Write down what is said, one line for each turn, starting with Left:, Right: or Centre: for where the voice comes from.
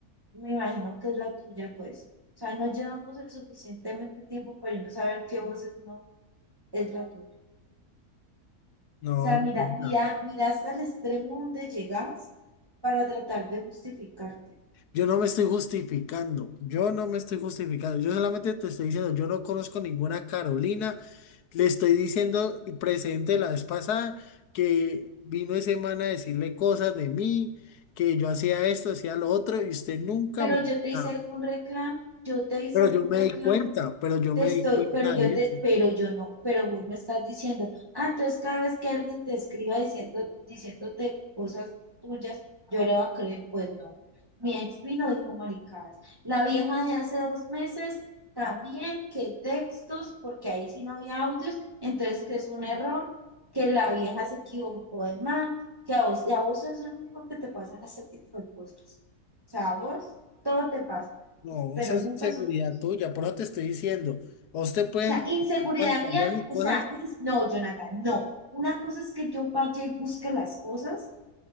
Right: me imagino que es la tuya, pues. O sea, no llevamos el suficientemente tiempo para yo no saber qué voces no es la tuya.
Left: No,
Right: O sea, mira,
Left: no.
Right: mira,
Left: no.
Right: mira hasta el extremo donde llegas para tratar de justificarte.
Left: Yo no me estoy justificando, yo no me estoy justificando, yo solamente te estoy diciendo, yo no conozco ninguna Carolina, le estoy diciendo el presente la vez pasada que vino ese man a decirle cosas de mí, que yo hacía esto, hacía lo otro, y usted nunca
Right: Pero
Left: me...
Right: yo te hice
Left: Ah,
Right: algún reclamo, yo te hice
Left: pero
Right: algún
Left: yo me
Right: reclamo
Left: di cuenta, pero yo
Right: te
Left: me
Right: estoy,
Left: di cuenta
Right: pero yo
Left: de
Right: te,
Left: eso.
Right: pero yo no, pero vos me estás diciendo, ah, entonces cada vez que alguien te escriba diciendo, diciéndote cosas tuyas, yo le voy a creer, pues no. Mi ex vino dijo maricadas. La vieja de hace dos meses también, que textos, porque ahí sí no había audios, entonces que es un error, que la vieja se equivocó de man, que a vos, y a vos es lo único que te pasan este tipo de cosas. O sea, a vos todo te pasa,
Left: No,
Right: pero
Left: esa es
Right: nunca
Left: inseguridad
Right: sos vos.
Left: tuya, por eso te estoy diciendo, ¿a usted pueden
Right: O sea, inseguridad
Left: pantalones
Right: mía,
Left: y
Right: o
Left: cosas?
Right: sea, ins- no, Jonathan, no. Una cosa es que yo vaya y busque las cosas